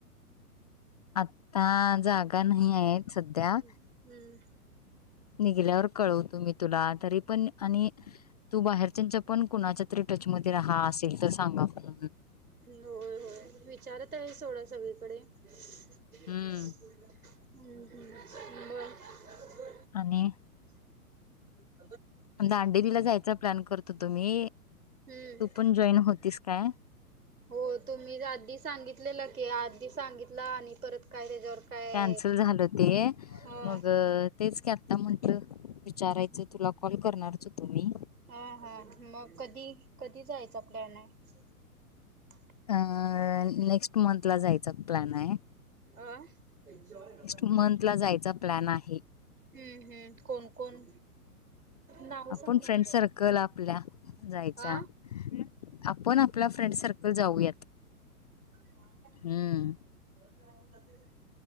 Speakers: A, on the left; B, on the right.
A: आता जागा नाही. नाहीयेत सध्या,
B: हम्म
A: निघल्यावर कळवतो मी. तुला तरी पण आणि तू बाहेरच्यांच्या पण कुणाच्या तरी टच मधे राहा असेल त सांगा. म्हणून.
B: होय होय विचारतय सोडा. सगळीकडे. ह
A: हम्म.
B: <unintelligible> हम हम बर.
A: आणि
B: <unintelligible>
A: दांडेली ला जायच प्लॅन करत होतो मी.
B: हम्म,
A: तू पण जॉईन होतीस काय?
B: हो तुम्ही आधी सांगितलेल की आधी सांगित ला आणि परत काय त्याच्यावर काय
A: कॅन्सल झाल ते,
B: हो
A: मग तेच की. आता म्हटल विचारायच तुला. कॉल करणारच होतो मी.
B: हा हा, मग कधी कधी जायचा प्लॅन हाय. <unintelligible>
A: अ नेक्स्ट मंथ ला जायचा प्लॅनाय.
B: अ, हम्म
A: मंथला जायचा प्लॅन आहे.
B: हम्म कोण कोण. नाव
A: आपण
B: सांग ना.
A: फ्रेंड सर्कल आपल्या, जायच्या.
B: हा
A: आपण आपला फ्रेंड सर्कल जाऊयात.
B: हा.
A: हम्म.
B: <unintelligible>